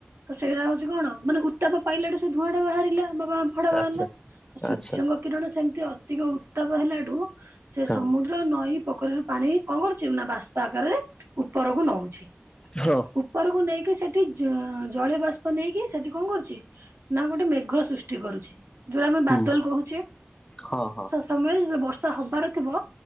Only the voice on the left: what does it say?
ଆଚ୍ଛା
ଆଚ୍ଛା
ହଁ
ହଁ
ହୁଁ
ହଁ ହଁ।